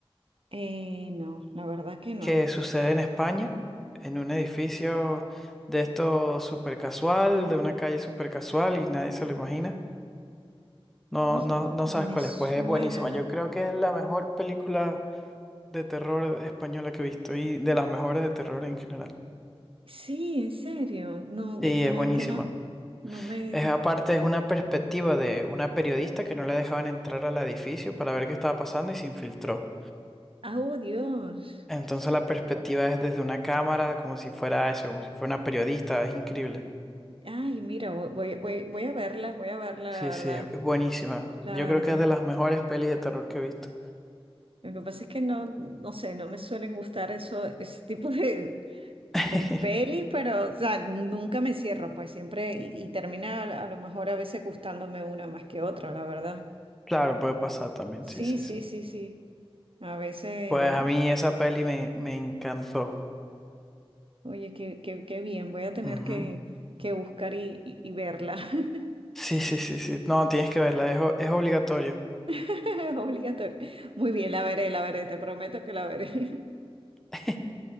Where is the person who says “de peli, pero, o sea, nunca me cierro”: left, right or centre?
Right